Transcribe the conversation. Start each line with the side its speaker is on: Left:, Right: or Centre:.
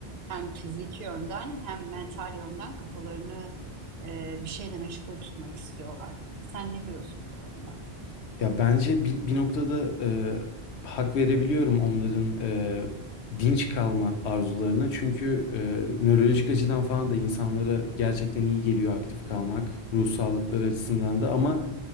Right: hem fiziki yönden hem mental yönden kafalarını e, bir şeyle meşgul tutmak istiyorlar. Sen ne diyorsun bu konuda?
Left: Ya bence bir, bir noktada e, hak verebiliyorum onların e, dinç kalma arzularına. Çünkü e, nörolojik açıdan falan da insanlara gerçekten iyi geliyor aktif kalmak, ruh sağlıkları açısından da. Ama